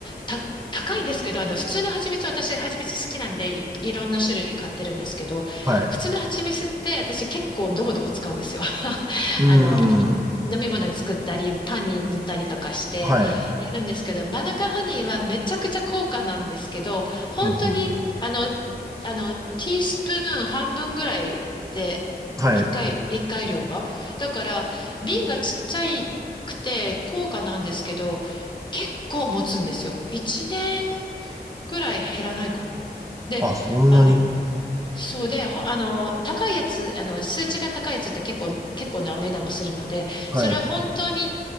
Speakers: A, on the left; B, on the right.
A: た、高いんですけど、あの、普通の蜂蜜、私、蜂蜜好きなんでい、いろんな種類買ってるんですけど、
B: はい。
A: 普通の蜂蜜って私結構ドボドボ使うんですよ。<laughs>
B: うー
A: あの、
B: ん、
A: 飲み物に作ったり、パンに塗ったりとかしてやるんですけど、
B: はい。
A: マヌカハニーはめちゃくちゃ高価なんですけど、本当に、
B: うんうんうん
A: あの、あの、ティースプーン半分ぐらいで、
B: はい。
A: 一回、一回量が。だから、瓶がちっちゃいくて高価なんですけど、結構持つんですよ。一年くらい減らないかな。で、
B: あ、そんなに。
A: あの、そうで、ほあの、高いやつ、あの、数値が高いやつって結構、結構なお値段もするので、
B: はい。
A: それは本当に